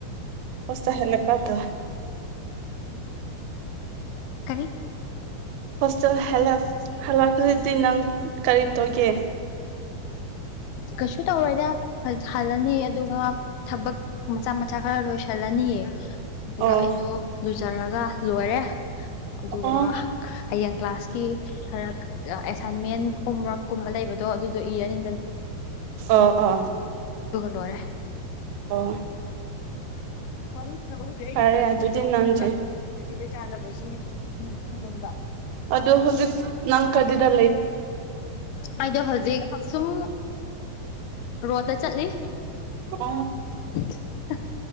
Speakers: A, on the right; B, on the left.
A: ꯍꯁ ꯍꯦꯂꯦ ꯄꯗ
B: ꯀꯔꯤ
A: ꯍꯣꯁꯇꯦꯜ ꯍꯜꯂꯛꯄꯗꯤ ꯅꯪ ꯀꯔꯤ ꯇꯧꯒꯦ
B: ꯀꯩꯁꯨ ꯇꯧꯔꯗ ꯍꯜꯂꯅꯤ ꯑꯗꯨꯒ ꯊꯕꯛ ꯃꯆꯥ ꯃꯆꯥ ꯈꯔ ꯂꯣꯏꯁꯜꯂꯅꯤꯌꯦ ꯑꯗꯨꯒ
A: ꯑꯣ
B: ꯑꯩꯁꯨ ꯂꯨꯖꯔꯒ ꯂꯣꯏꯔꯦ ꯑꯗꯨꯒ
A: ꯑꯣ
B: ꯍꯌꯦꯡ ꯀ꯭ꯂꯥꯁꯀꯤ ꯈꯔ ꯑꯦꯁꯥꯏꯟꯃꯦꯟ ꯍꯣꯝꯋꯔꯛꯀꯨꯝꯕ ꯂꯩꯕꯗꯣ ꯑꯗꯨꯗꯣ ꯏꯔꯅꯤ
A: ꯑ ꯑ
B: ꯂꯔꯦ
A: ꯑꯣ
B: ꯍꯅꯤ <inaudible> ꯆꯠꯅꯕ ꯍꯧꯗꯤ ꯑꯩꯒꯤꯗꯤ
A: ꯐꯔꯦ
B: ꯑꯩꯛꯇꯤꯕꯦ
A: ꯑꯗꯨꯗꯤ
B: ꯇꯧꯗ꯭ꯔꯤꯕ꯭ꯔꯥ
A: ꯅꯪꯁꯦ
B: ꯑꯦꯛꯇꯤꯕꯦ ꯆꯥꯗꯅꯕꯩꯁꯤꯗ
A: ꯑꯗꯨ ꯍꯧꯖꯤꯛ ꯅꯪ ꯀ ꯗꯨꯗ
B: ꯑꯩꯗꯣ ꯍꯧꯖꯤꯛ ꯁꯨꯝ ꯔꯣꯠꯇ ꯆꯠꯂꯤ
A: ꯎꯝ
B: <unintelligible>